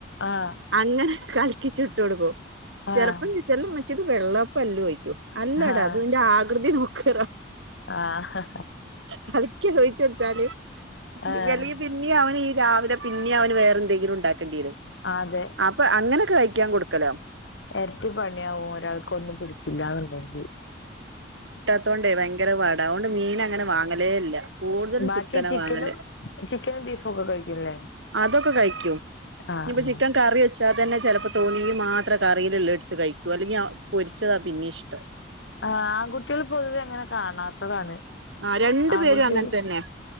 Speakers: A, on the left; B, on the right.
A: ആഹ്.
B: അങ്ങനെ കലിക്കിച്ചുട്ടൊടക്കും
A: ആഹ്
B: ചെലപ്പം ചോച്ചും എല്ലമ്മച്ചേ ഇത് വെള്ളപ്പല്ലേ ഒഴിക്കും. അല്ലാടാ
A: ആഹ്
B: അത് ന്റെ ആകൃതി നോക്കട പറിം
A: ആഹ്
B: കളിക്കി ഒഴിച്ചൊട്ത്താൽ. <unintelligible>
A: ആഹ്
B: പിന്നെ അവൻ ഈ രാവിലെ പിന്നെ അവന് വേറെ ന്തെങ്കിലും ഉണ്ടാക്കേണ്ടി വരും.
A: ആഹ് അതെ.
B: അപ്പൊ അങ്ങനൊക്കെ കഴിക്കാൻ കൊടുക്കലോ.
A: എരട്ടി പണിയാവും ഒരാൾക്ക് ഒന്നും പിടിച്ചില്ലന്ന്ണ്ടെങ്കിൽ.
B: തോണ്ടേ ഭയങ്കര പാടാ അതൊണ്ട് മീൻ അങ്ങനെ വാങ്ങലേ ഇല്ല കൂടുതലും
A: ബാക്കി
B: ചിക്കനാ
A: ചിക്കനും
B: വാങ്ങല്
A: ചിക്കനും ബീഫും ഒക്കെ കഴിക്കുംല്ലേ
B: അതൊക്കെ കഴിക്കൂ
A: ആഹ്
B: ഇനിപ്പൊ
A: ആഹ്
B: ചിക്കൻ കറി വച്ചു വെച്ചാ തന്നെ ചെലപ്പോ തോന്നിയെങ്കിൽ മാത്രം കറിയിലുള്ള എടുത്ത് കഴിക്കൂ അല്ലെങ്കിൽ പൊരിച്ചതാ പിന്നെ ഇഷ്ടം
A: ആഹ് ആൺകുട്ടികൾ പൊതുവെ അങ്ങനെ കാണാത്തതാണ്
B: ആഹ് രണ്ടു
A: ആൺകുട്ടികൾ
B: പേരും അങ്ങനെ തന്നെ